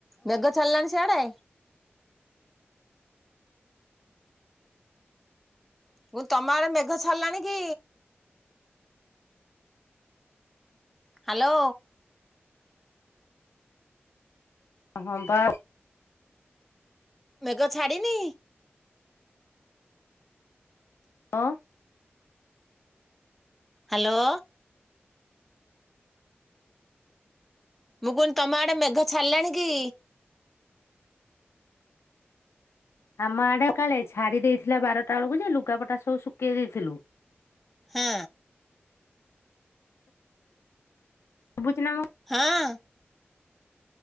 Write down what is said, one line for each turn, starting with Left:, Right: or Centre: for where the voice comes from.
Centre: ମେଘ ଛାଡିଲାଣି ସିଆଡେ? ମୁଁ କହିଲି ତମ ଆଡେ ମେଘ ଛାଡିଲାଣି କି? ହ୍ୟାଲୋ?
Left: ହଁ ବା।
Centre: ମେଘ ଛାଡ଼ିନି?
Left: <unintelligible>
Centre: ହ୍ୟାଲୋ? ମୁଁ କହୁଥିଲି ତମ ଆଡେ ମେଘ ଛଡ଼ିଲାଣି କି?
Left: ଆମ ଆଡେ କାଳେ ଛାଡି ଦେଇଥିଲା ବାରଟା ବେଳକୁ ଯେ ଲୁଗାପଟା ସବୁ ଶୁଖେଇ ଦେଇଥିଲୁ।
Centre: ହଁ।
Left: ଶୁଭୁଚି ନା ମୋ
Centre: ହଁ।